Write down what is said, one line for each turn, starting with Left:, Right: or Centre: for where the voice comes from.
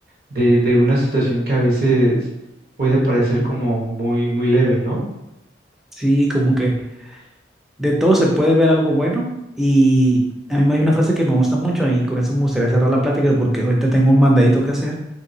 Right: de, de una situación que a veces puede parecer como muy, muy leve, ¿no?
Centre: Sí, como que de todo se puede ver algo bueno y a mí hay una frase que me gusta mucho y con eso me gustaría cerrar la plática porque ahorita tengo un mandadito que hacer,